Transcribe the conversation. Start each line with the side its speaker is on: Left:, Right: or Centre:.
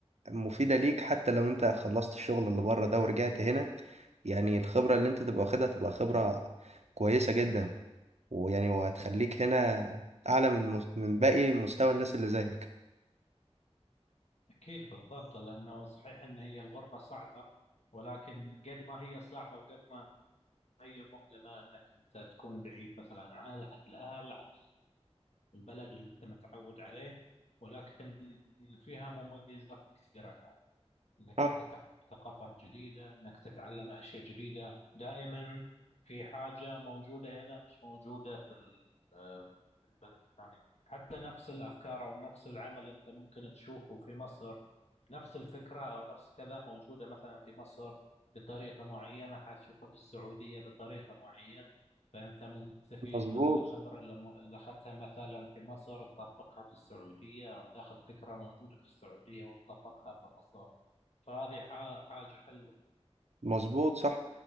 Right: مفيدة ليك حتى لو أنت خلصت الشغل اللي بره ده ورجعت هنا يعني الخبرة اللي أنت تبقى واخدها تبقى خبرة كويسة جدا ويعني وهتخليك هنا أعلى من مس- من باقي مستوى الناس اللي زيك
Left: أكيد بالضبط لأنه صحيح أن هي الغربة صعبة ولكن قد ما هي صعبة وقد ما هي مؤلمة أنك أنت تكون بعيد مثلا عن عن الأهل عن البلد اللي أنت متعود عليه ولكن فيها مميزات كثيرة انك
Right: صح
Left: انت تحت ثقافات جديده انك تتعلم اشياء جديده دائما في حاجه موجوده هنا مش موجوده في ال- آه، في البلد الثاني حتى نفس الافكار او نفس العمل انت ممكن تشوفه في مصر نفس الفكره او نفس كذا موجوده مثلا في مصر بطريقه معينه حتشوفها في السعوديه بطريقه معينه فانت مستفيد
Right: مظبوط
Left: من الخبره اللي م- اللي اخذتها مثلا في مصر تطبقها في السعوديه او تاخذ فكره موجوده في السعوديه وتطبقها في مصر فهذه حا- حاجة حلوة
Right: مظبوط صح